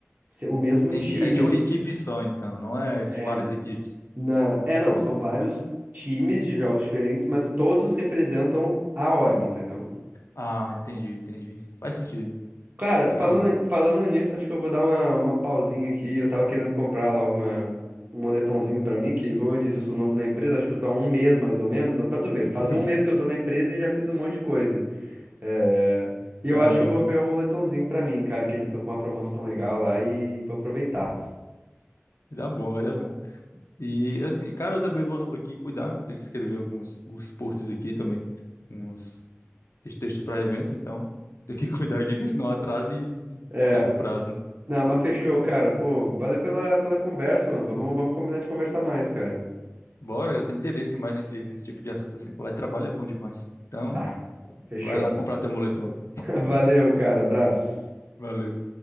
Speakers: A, on the right (about 40°); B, on the left (about 85°).
A: o mesmo
B: entendi.
A: time,
B: É de uma
A: assim.
B: equipe só, então, não é de
A: é,
B: várias equipes.
A: Na... É, não, são vários times de jogos diferentes, mas todos representam a org, entendeu?
B: Ah, entendi, entendi. Faz sentido.
A: Cara,
B: Acho que
A: falando,
B: é o...
A: falando nisso, acho que eu vou dar uma, uma pausinha aqui. Eu tava querendo comprar logo uma, um moletomzinho pra mim, que, como eu disse, eu sou novo na empresa, acho que eu tô há um mês mais ou menos, mas pra tu ver, faz
B: <laughs>
A: um mês que eu tô na empresa e eu já fiz um monte de coisa. É, E eu
B: Caramba,
A: acho que eu vou pegar um moletomzinho pra mim, cara, que eles estão com uma promoção legal lá e vou aproveitar.
B: vai dar bom, vai dar bom. E assim, cara, eu também vou aqui cuidar, né? Eu tenho que escrever alguns, alguns posts aqui também, uns textos para eventos, então tenho que <laughs> cuidar aqui, que senão atrasa e, e
A: É.
B: pega o prazo, né?
A: Não, mas fechou, cara. Pô, valeu pela, pela conversa, mano. Vamos, vamos combinar de conversar mais, cara.
B: Bora, eu tenho interesse demais nesse, nesse tipo de assunto assim. Falar de trabalho é bom demais. Então,
A: Tá, fechou.
B: vai lá comprar teu moletom. velho.
A: <laughs> Valeu, cara. Abraço.
B: Valeu.